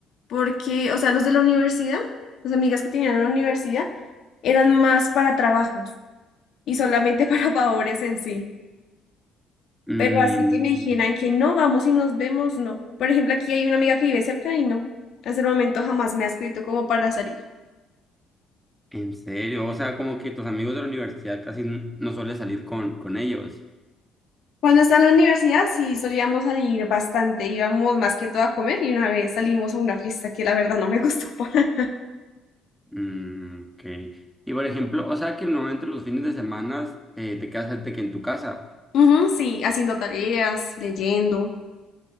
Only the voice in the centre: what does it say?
Mm,
en serio, o sea, como que tus amigos de la universidad casi n- no sueles salir con, con ellos.
Mm, ok. Y por ejemplo, o sea que normalmente los fines de semana eh, te quedas de que en tu casa,